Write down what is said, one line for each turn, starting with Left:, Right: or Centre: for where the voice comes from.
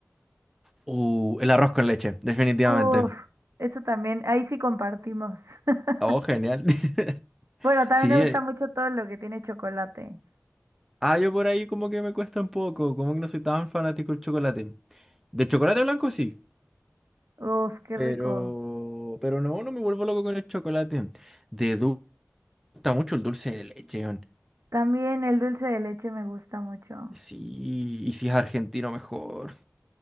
Centre: Uh, el arroz con leche, definitivamente.
Right: Uf, eso también, ahí sí compartimos. <laughs>
Centre: Oh, genial. <laughs>
Right: Bueno, también
Centre: Sí,
Right: me gusta
Centre: eh,
Right: mucho todo lo que tiene chocolate.
Centre: ah, yo por ahí como que me cuesta un poco, como que no soy tan fanático del chocolate. De chocolate blanco sí,
Right: Uf, qué
Centre: pero
Right: rico.
Centre: pero no, no me vuelvo loco con el chocolate. De dulce, gusta mucho el dulce de leche, weón.
Right: También el dulce de leche me gusta mucho.
Centre: Sí, y si es argentino mejor.